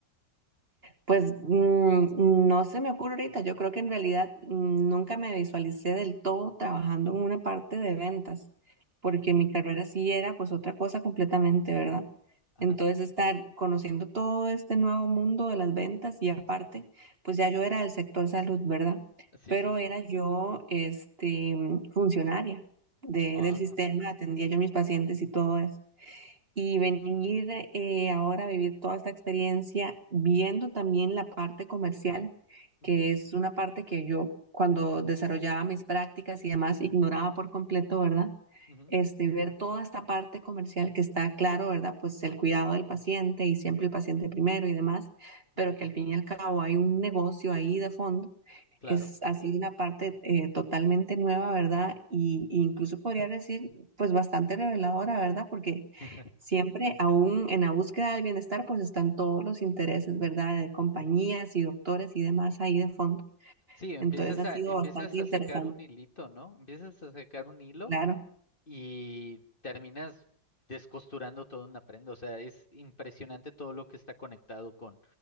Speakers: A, on the right; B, on the left.
A: Pues mm, no se me ocurre ahorita. Yo creo que en realidad mm, nunca me visualicé del todo trabajando en una parte de ventas, porque mi carrera sí era pues otra cosa completamente, ¿verdad?
B: Ajá.
A: Entonces estar conociendo todo este nuevo mundo de las ventas y aparte, pues ya yo era del sector salud, ¿verdad?
B: Sí,
A: Pero
B: sí, sí.
A: era yo este funcionaria de-
B: Ah.
A: del sistema, atendía yo mis pacientes y todo eso y venir eh, ahora a vivir toda esta experiencia, viendo también la parte comercial,
B: Ujú,
A: que es una parte que yo cuando desarrollaba mis prácticas y demás ignoraba por completo, ¿verdad?
B: ujú,
A: Este, ver toda esta parte comercial que está claro, ¿verdad? Pues el cuidado del paciente y siempre el paciente primero y demás, pero
B: ujú,
A: que al fin y al cabo hay un negocio ahí de fondo
B: Claro.
A: es así una parte eh, totalmente nueva, ¿verdad? Y, y incluso podría decir, pues bastante reveladora, ¿verdad? Porque
B: <laughs>
A: siempre, aún en la búsqueda del bienestar, pues están todos los intereses, ¿verdad? De compañías y doctores y demás ahí de fondo.
B: Sí, empiezas
A: Entonces ha
B: a,
A: sido
B: empiezas
A: bastante
B: a
A: interesante,
B: sacar un hilito, ¿no? Empiezas a sacar un hilo
A: claro.
B: y terminas descosturando toda una prenda. O sea, es impresionante todo lo que está conectado con,